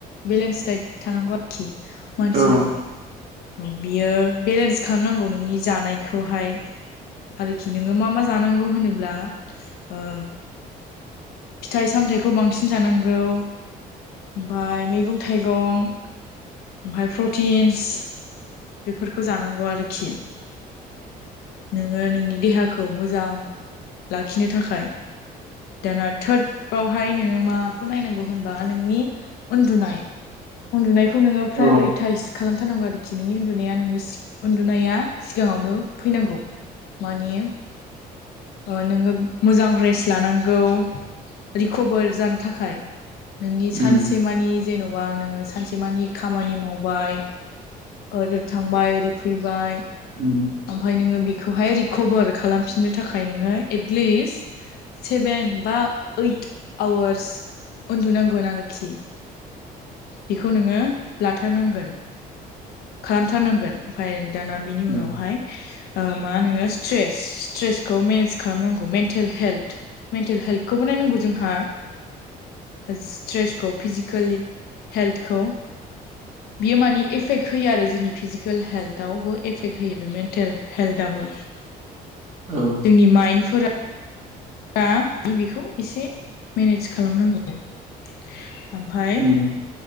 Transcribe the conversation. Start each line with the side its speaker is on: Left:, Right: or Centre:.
Left: बेलेन्स डाइट थानांगौ खि मानसिनाव।
Right: औ
Left: औ बियो बेलेन्स खालामनांगौ नोंनि जानायखौहाय। खि नोङो मा मा जानांगौ होनोब्ला ओ फिथाइ सामथायाइखौ बांसिन जानांगौ। ओमफाय मैगं थाइगं ओमफाय प्रटिन्स बेफोरखौ जानांगौ आरोखि। नोङो नोंनि देहाखौ मोजां लाखिनो थाखाय। दाना थार्दवहाय नोङो माखौ नायनांगौ होनबा नोंनि उन्दुनाय उन्दुनायखौ नोङो
Right: औ
Left: प्रायरिटाइस खालामथारनांगौ आरोखि। नोंनि उन्दुनाया नोंनि उन्दुनाया सिगाङावनो फैनांगौ माने। ओ नोङो मोजां रेस्ट लानांगौ रिकभार जानो थाखाय। नोंनि सानसेमानि
Right: उम
Left: जेनबा नोङो सानसेमानि खामानि मावबाय। ओ ओरै थांबाय ओरै फैबाय।
Right: उम
Left: ओमफाय नोङो बेखौहाय रिकभार खालामफिननो थाखाय नोङो एटलिस्ट सेभेन बा ओइट आवार्स उन्दुनांगोन आरोखि। बेखौ नोङो लाथारनांगोन। खालामथारनांगोन ओमफाय दाना बिनि उनावहाय।
Right: औ
Left: ओ मा नोङो स्ट्रेस स्ट्रेसखौ मेनेज खालामनांगौ मेन्टेल हेल्थ। मेन्टेल हेल्थखौबो नायनांगौ जोंहा। स्ट्रेसखौ फिजिकलि हेल्थखौ। बियो मानिे एफेक्ट होयो आरो जोंनि फिजिकेल हेल्थावबो एफेक्ट होयो बे मेन्टेल हेल्थाबो
Right: औ
Left: जोंनि माइफोरा दा नबेखौ एसे मेनेज खालामनांगौ आरो। ओमफाय।
Right: उम